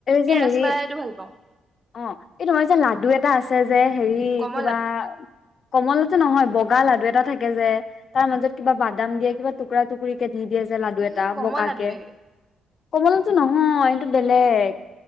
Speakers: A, on the left; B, on the right.
A: যে
B: এই
A: হেৰি
B: ৰাচমলাইটো ভাল পাওঁ
A: অ এই তোমাৰ যে লাডু এটা আছে যে হেৰি
B: গমৰ
A: কিবা
B: লাডু
A: কমলাটো নহয় বগা লাডু এটা থাকে যে তাৰ মাজত কিবা বাদাম দিয়ে কিবা টুকুৰা-টুকুৰি কে দি দিয়ে যে লাডু
B: সেই
A: এটা
B: গমৰ
A: বগা
B: লাডুৱে
A: কে কমলাতো নহয় এইটো বেলেগ